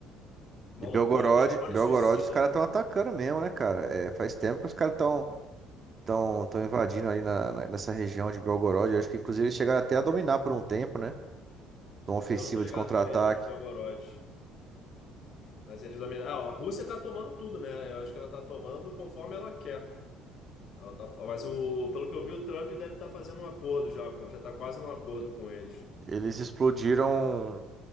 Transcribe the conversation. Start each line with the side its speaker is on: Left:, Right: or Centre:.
Left: É Uma
Right: E Belgorod,
Left: loucura. Tem drone
Right: Belgorod,
Left: suicida.
Right: os caras estão atacando mesmo, né, cara? É, faz tempo que os caras estão tão, tão tão invadindo ali na, na- nessa região de Belgorod. Eu acho que, inclusive, eles chegaram até a dominar por um tempo, né? Uma ofensiva
Left: Eu não tô ligado
Right: de contra-ataque.
Left: com a região de Belgorod. Mas eles dominam. Ah, a Rússia tá tomando tudo, né? Eu acho que ela tá tomando conforme ela quer. Ela tá, mas o, pelo que eu vi, o Trump deve estar fazendo um acordo já com, já está quase num acordo com eles.
Right: Eles explodiram